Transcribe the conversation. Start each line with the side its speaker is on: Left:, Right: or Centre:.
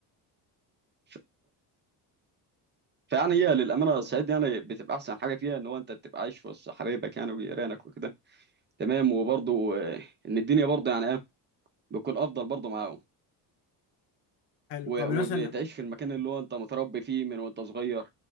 Right: ف- فيعني هي للامانه الصعيد يعني بتبقى احسن حاجه فيها ان هو انت بتبقى عايش وسط حبايبك يعني وجيرانك وكده تمام وبرضه آه، ان الدنيا برضه يعني ايه بتكون افضل برضه معاهم
Left: حلو
Right: و-
Left: طب
Right: وبتعيش
Left: مثلا
Right: في المكان اللي هو انت متربي فيه من وانت صغير